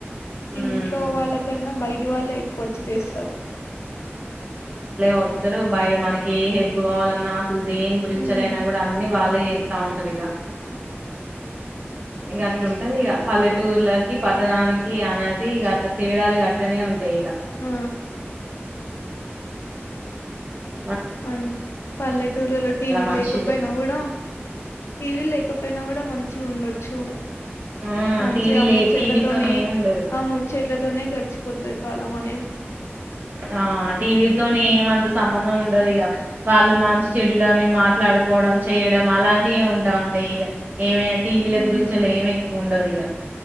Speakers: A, on the right; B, on the left.
A: ఉమ్
B: ఇంట్లో వాళ్ళకన్నా బయటి వాళ్ళే ఎక్కువ వచ్చి చేస్తారు
A: కొత్తరు బై మనకి ఏ హెల్ప్ కావాలన్నా అసలు దేని గురించైనా
B: ఉమ్
A: కూడా అన్ని వాళ్ళే చే త్త ఉంటారు ఇగ ఇగా అట్లా ఉంటది ఇక పల్లెటూర్లకి పట్టణానికి అనేది ఇ అట్ తేడాలు అట్లనే ఉంటాయి ఇగ
B: ఆ
A: ఊ
B: మం పల్లెటూరులలో టీవీ
A: మనుషులు
B: లేకపోయినా కూడా టీవీలు లేకపోయినా కూడా మంచి చి ఉండొచ్చు
A: ఆ
B: మంచిగా
A: టీవీ
B: ఆ
A: లే
B: ముచ్చట్లతోనే
A: టీవీతోని ఏం ఉండదు
B: ఆ ముచ్చట్లతో తోనే గడిచిపోతది కాలం అనేది
A: ఆ టీవీతోనే ఏమంత సంబంధం ఉండదు ఇగా వాళ్ళు మంచి చెడులను మాట్లాడుకు కోవడం చేయడం అలాంటివి ఉంటా ఉంటాయి ఇగా ఏమే టీవీల
B: ఉమ్
A: గురించి అలా ఏం ఎక్కువ ఉండదు ఇగా